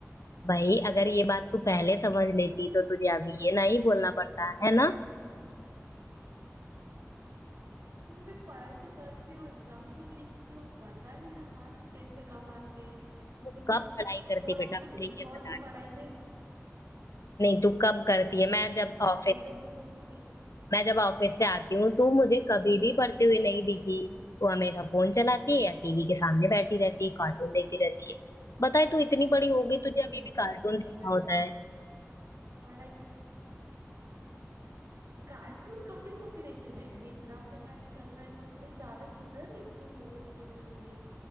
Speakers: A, on the left (about 85°); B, on the right (about 70°).
A: भाई अगर ये बात तू पहले समझ लेती तो तुझे अभी ये नहीं बोलना पड़ता है ना
B: और मैं पढ़ाई तो करती हूँ एग्जाम में भी लिखती हूँ पता नहीं मेरे मार्क्स कैसे कम आते हैं।
A: तू
B: मैं पर
A: कब पढ़ाई
B: बहुत
A: करती है बेटा
B: मतलब
A: मुझे
B: बहुत
A: ये बता
B: ही पढ़ाई में
A: नहीं तू कब करती है मैं जब
B: पढ़ती
A: ऑफिस
B: तो हूँ ना दीदी
A: मैं जब ऑफिस से आती हूँ तू मुझे कभी भी पढ़ते हुए नहीं दिखी तू हमेशा फोन चलाती है या टीवी के सामने बैठी रहती है कार्टून देखती रहती है बताए तू इतनी बड़ी
B: नहीं
A: हो गई तुझे
B: नहीं
A: अभी भी कार्टून
B: नहीं
A: देखना
B: मैं
A: होता है
B: पढ़ाई कार्टून कभी कभी देखती हूँ ना अभी एग्जाम का टाइम चल रहा है तो मैं ज्यादा किधर देखती हूँ टीवी वीवी